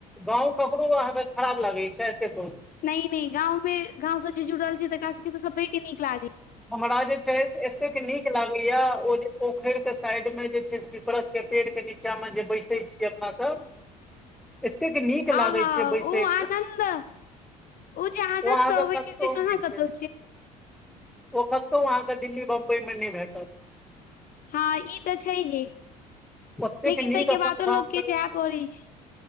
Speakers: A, in the centre; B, on the left.
A: गाँव ककरो अहाँके खराब लागै छै <unintelligible> से बहु
B: न न गांव मे गांव चीज जुड़ल छै तका सब त सबे के नीक लागे ये
A: हमरा जे छै एतेक नीक नीक लागे या ओ जे पोखर के साइड मे जे छै पिपड़त के पेड़ के नीचा मे जे बैसे छीय अपना सब एतेक नीक लागै
B: आहा
A: छै बैसयमे
B: ओ आनन्द जे आनन्द
A: ओ अहाँक
B: अबै
A: कसो
B: छै से
A: उमर
B: कहाँ
A: छै
B: कतौ
A: ओ कतहु अहाँके दिल्ली बम्बई मे नहि भेटल
B: हँ ई तऽ छैहे
A: ओतेक
B: लेकिन
A: नीक
B: ताहिके
A: अपन
B: बादो
A: गाँव
B: लोकके
A: के
B: जाय पड़ै छै।